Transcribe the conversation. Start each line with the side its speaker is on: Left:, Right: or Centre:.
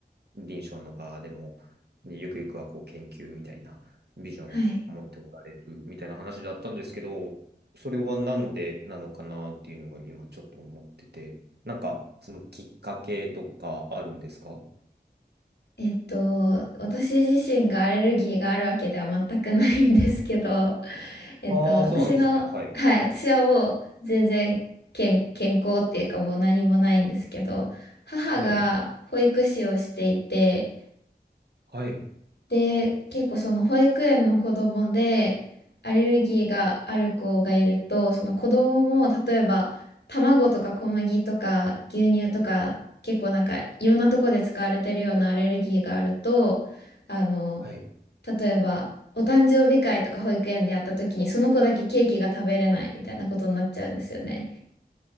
Right: 臨床の場でも、ねゆくゆくはこう研究みたいなビジョンを持っておられるみたいな話だったんですけど、
Left: はい。
Right: それはなんでなのかなっていうのが今ちょっと思ってて、なんかそのきっかけとかあるんですか
Left: えっと、私自身がアレルギーがあるわけでは全くないんですけど、えっと、
Right: ああー、
Left: 私の、
Right: そうなんですね。はい。
Left: はい、私はもう全然健、健康っていうかもう何もないんですけど、母が保育士をしていて、
Right: はい。はい。
Left: で、結構その保育園の子供でアレルギーがある子がいると、その子供も例えば卵とか小麦とか牛乳とか結構なんかいろんなとこで使われてるようなアレルギーがあると、あの、
Right: はい。
Left: 例えばお誕生日会とか保育園でやった時にその子だけケーキが食べれないみたいなことになっちゃうんですよね。